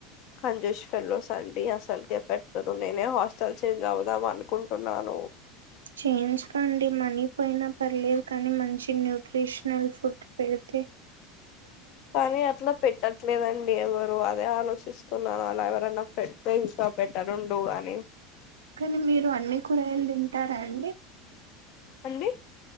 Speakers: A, on the left (about 55°); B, on the right (about 80°).
A: కంజూష్ ఫెలోస్ అండి అసలుకే పెట్టరు నేనే హాస్టల్ చేంజ్ అవుదాం అనుకుంటున్నాను
B: చేయించుకోండి మనీ పోయినా పర్లేదు కానీ మంచి న్యూట్రిషనల్ ఫుడ్ పెడితే తే
A: పని అట్ల పెట్టట్లేదండి ఎవరు అదే ఆలోచిస్తున్నాను అలా ఎవరైన పెడితే ఇంక బెట్టారుండు అని
B: కానీ మీరు అన్ని కూరగయలు తింటార అండి
A: అండి